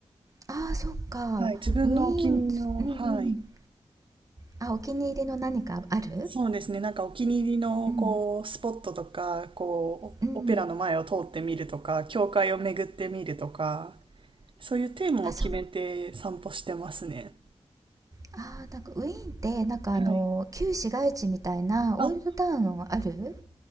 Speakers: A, on the right; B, on the right.
A: ああ、そっか。
B: はい、自分のお気に入りの、
A: ウィーン、うんうん。
B: はい、
A: あ、お気に入りの何かある？
B: そうですね、なんかお気に入りのこうスポットとか、
A: うん。
B: こうオオペラの前を通ってみるとか、
A: うん。
B: 教会を巡ってみるとか、そういうテーマを決めて散歩してますね。
A: あ、そあーなんかウィーンって、なんかあの、
B: はい。
A: 旧市街地みたいなオールドタウンある？
B: あ、